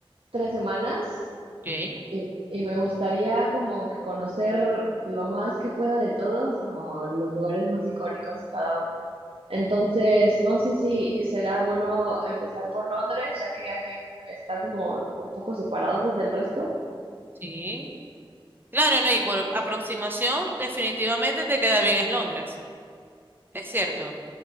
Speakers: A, on the right; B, on the right.
A: tres semanas
B: Ok,
A: Y, y me gustaría como que conocer lo más que pueda de todos, como los lugares más icónicos de cada uno. Entonces, no sé si será bueno empezar por Londres, ya que hay que está como un poco separado del resto.
B: sí. Claro, no, y por aproximación, definitivamente te queda bien es Londres, es cierto.